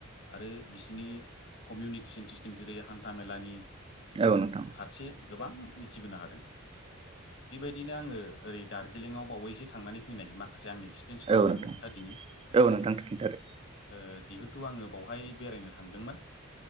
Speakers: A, on the left; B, on the right.
A: आरो बिसिनि कमिउनिकेसन सिस्टेम जेरै हान्था मेलानि।
B: औ नोंथां।
A: फारसे गोबां मिथिबोनो हादों। बेबायदिनो आङो ओरै दार्जिलिंआव बावैसो थांनानै फैनाय माखा खासे आंनि एक्सपिरियेन्सखौ नोंथांनो
B: औ नोंथां
A: खोन्था दिनि
B: औ नोंथां खिन्थादो
A: ओ जिहेथु आङो बावहाय बेरायनो थांदोंमोन